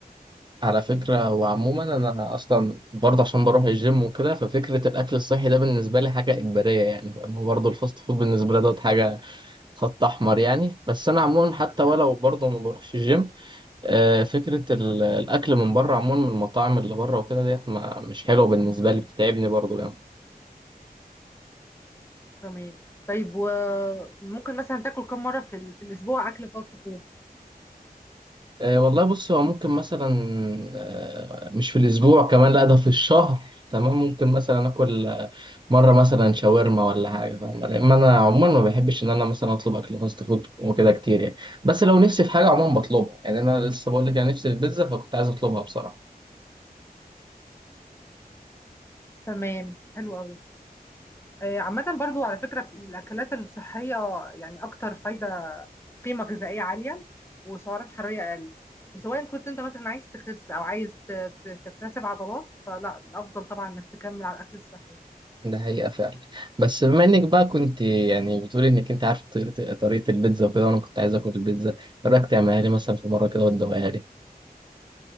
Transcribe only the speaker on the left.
آه.
آه.
تمام طيب وممكن مثلا تاكل كم مرة في, ال... في الأسبوع أكل فاست فود
تمام حلو قوي آه، عامة برضو على فكرة في الأكلات الصحية يعني أكتر فايدة قيمة غذائية عالية وسعرات حرارية أقل وسواء كنت أنت مثلا عايز تخس أو عايز ت- ت- تكتسب عضلات فلا الأفضل طبعا إنك تكمل على الأكل الصحي